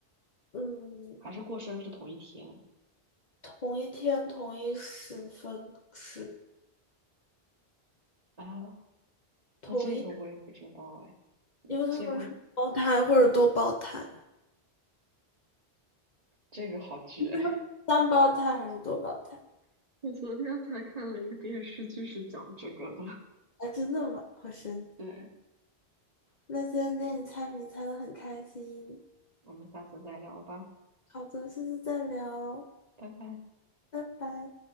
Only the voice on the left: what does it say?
嗯，
同一天、同一时分、是
同一，
因为她们是胞胎或者多胞胎。
<laughs> 三胞胎还是多胞胎？
啊，真的吗？好神奇！
那今天跟你猜谜猜的很开心，
好的，下次再聊，
拜拜。